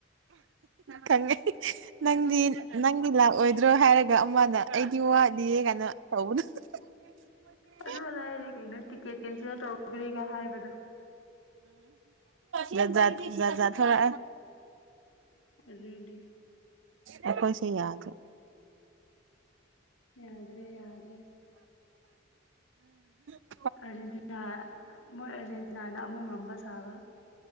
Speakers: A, on the right (about 70°); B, on the left (about 80°).
A: ꯀꯥꯏ ꯅꯪꯗꯤ ꯅꯪ ꯑꯩꯒꯤ ꯂꯥꯛꯑꯣꯏꯗ꯭ꯔꯣ ꯍꯥꯏꯔꯒ ꯑꯃꯅ ꯑꯩꯗꯤ ꯋꯥꯠꯂꯤꯌꯦ ꯀꯥꯏꯅꯣ ꯇꯧꯕꯅ <unintelligible>
B: ꯑꯗꯨ ꯂꯥꯏꯔꯦ ꯀꯩꯅꯣ ꯇꯤꯛꯀꯦꯠ ꯀꯦꯟꯁꯦꯜ ꯇꯧꯈ꯭ꯔꯦꯒ ꯍꯥꯏꯕꯗꯣ
A: ꯎꯝꯖꯖ ꯊꯔ
B: ꯑꯗꯨꯅꯦ
A: ꯑꯩꯈꯣꯏꯁ ꯌꯥꯗ
B: ꯌꯥ꯭ꯔꯦ ꯌꯥꯗ꯭ꯔꯦ
A: ꯑ
B: ꯑꯥꯔꯖꯦꯟꯇꯤꯅꯥ ꯃꯣꯏ ꯑꯥꯔꯖꯦꯟꯇꯤꯅꯥꯅ ꯑꯃꯨꯛ ꯉꯝꯕ ꯁꯥꯕ